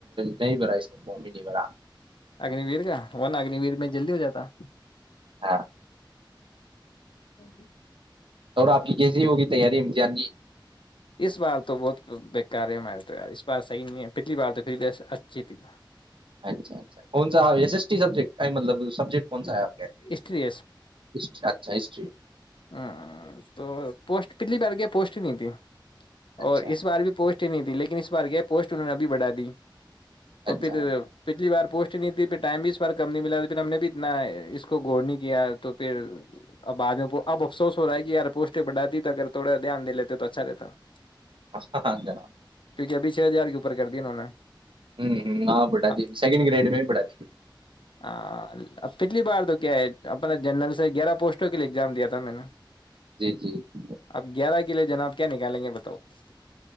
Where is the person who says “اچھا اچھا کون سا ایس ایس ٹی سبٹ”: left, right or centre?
Right